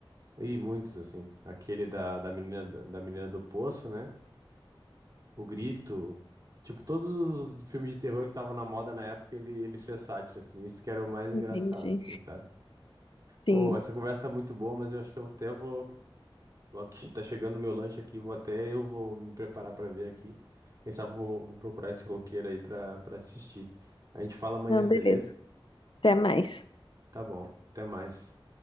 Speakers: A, on the right; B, on the left.
A: E muitos, assim. Aquele da, da menina, da menina do poço, né? O Grito. Tipo, todos os filmes de terror que estavam na moda na época, ele, ele fez sátira, assim. Isso que era o mais engraçado,
B: entendi.
A: assim, sabe?
B: Sim.
A: Oh, essa conversa tá muito boa, mas eu acho que eu até vou. Logo que <laughs> tá chegando o meu lanche aqui, vou até eu vou me preparar pra ver aqui. Quem sabe vou, vou procurar esse roqueiro aí pra para assistir. A gente fala amanhã,
B: Não,
A: beleza?
B: beleza. Até mais.
A: Tá bom. Até mais.